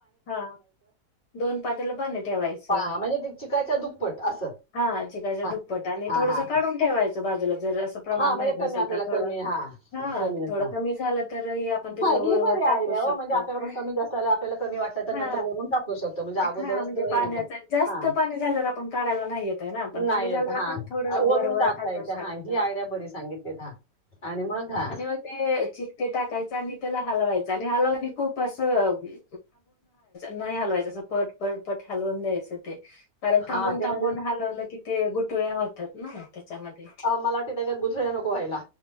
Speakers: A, on the left (about 70°); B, on the left (about 30°).
A: हा दोन पातेलं पाणी ठेवायचं
B: पा- म्हणजे ते चिकाच्या दुप्पट असं
A: हा चिकाच्या
B: हां
A: दुप्पट आणि
B: हां
A: थोडसं
B: हां
A: काढून ठेवायचं ते बाजुला जर अस प्रमाण
B: हां म्हणजे
A: माहीत
B: कमी
A: नसेल
B: आपल्याला
A: तर थोडं
B: कमी हां
A: हा
B: हां कमी जास्त
A: थोडं
B: हां
A: कमी झालं तर ही आपण त्याच्यावर
B: हां, ही
A: वरवर
B: बरी
A: टाकू
B: आयडिया हो
A: शकतं
B: म्हणजे आपल्याकडून
A: तर
B: कमी जास्त आलं आपल्याला कमी वाटलं तर
A: हा
B: नंतर वरून टाकू शकतो म्हणजे अगोदरच
A: हा हा म्हणजे
B: तो
A: पाण्याचा
B: हे नको
A: जास्त
B: हां
A: पाणी झाल्यावर आपण काढायला नाही येतय ना पण
B: नाही
A: कमी
B: येत
A: झालं तर
B: हा
A: आपण
B: अ,
A: थोडं
B: वरून
A: वर वर
B: टाकता
A: टाकू
B: येते
A: शक
B: हा ही आयडिया बरी सांगितलीत हा आणि मग हा
A: आणि मग ते चिकते टाकायचं आणि त्याला हलवायचं आणि हलवली खूप असं वि नाही हलवायचं असं पट पट पट हलवून द्यायचं ते कारण
B: हा
A: थांबून
B: ते
A: थांबून
B: म्हणजे
A: हलवलं की ते गुटळ्या होतात ना त्याच्यामधे
B: अ, मला वाटते त्याच्यात गुठळ्या नको व्हायला